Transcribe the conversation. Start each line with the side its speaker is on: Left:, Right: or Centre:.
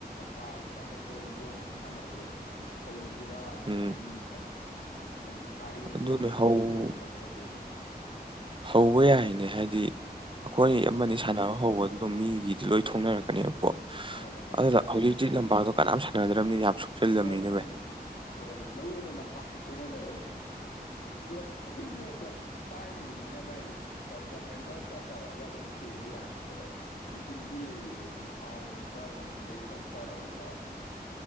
Left: ꯄ ꯄꯥꯛꯇ ꯊꯣꯛꯑꯒ ꯕꯣꯜ ꯅꯨꯡ ꯁꯥꯟꯅꯕꯗꯣ ꯍꯧ ꯖꯤꯔꯥꯅ
Right: ꯎꯝ
Left: ꯍꯥꯏꯅꯤꯡꯉꯤꯕ ꯍꯥꯏꯗꯤ ꯏꯁꯥ ꯏꯎꯁꯦ
Right: ꯑꯗꯨꯅꯦ
Left: ꯈꯔ ꯆꯦꯟ
Right: ꯍꯧ
Left: ꯆꯣꯡꯗ꯭ꯔꯒꯗꯤ <unintelligible>
Right: ꯍꯧꯕ ꯌꯥꯏꯅꯦ ꯍꯥꯏꯗꯤ ꯑꯈꯣꯏ
Left: ꯎꯝ
Right: ꯑꯃꯅꯤ ꯁꯥꯟꯅꯕ ꯍꯧꯕ ꯑꯗꯣ ꯃꯤꯒꯤꯗꯤ ꯂꯣꯏ ꯊꯣꯛꯅꯔꯛ ꯀꯅꯤꯕꯀꯣ
Left: ꯃꯥꯅꯦ ꯃꯥꯅꯦ
Right: ꯑꯗꯨꯗ ꯍꯧꯖꯤꯛꯇꯤ ꯂꯝꯄꯥꯛꯇꯣ ꯀꯅꯥꯝ ꯁꯥꯟꯅꯗ꯭ꯔꯕꯅꯤꯅ ꯌꯥꯝ ꯁꯣꯛꯆꯜꯂꯕꯅꯤꯅꯦ
Left: ꯃꯝ
Right: ꯚꯥꯏ
Left: ꯎ ꯍꯣꯏ ꯃꯔꯨ ꯑꯣꯏꯅ ꯂꯝꯄꯥꯛꯇꯨꯅꯅꯦꯕ ꯑꯗꯣ ꯀ꯭ꯂꯕ ꯑꯈꯣꯏꯁꯨꯅ ꯀ꯭ꯂꯕ ꯄꯥꯏꯔꯤꯕꯅꯤꯅ ꯚꯥꯏ ꯀ꯭ꯂꯕ ꯃꯦꯝꯕꯔ ꯈꯔ ꯇꯧꯔꯒ ꯑꯗꯨꯝ ꯁꯦꯡꯕ ꯌꯥꯅꯤꯗ ꯚꯥꯏ ꯃꯦꯆꯤꯟꯁꯨ ꯂꯩꯔꯤꯕꯅꯤ ꯊꯥꯎ ꯅꯨꯡ ꯈꯔ ꯐꯟꯗꯤꯡꯗꯩ ꯂꯧꯊꯔꯒꯀꯣ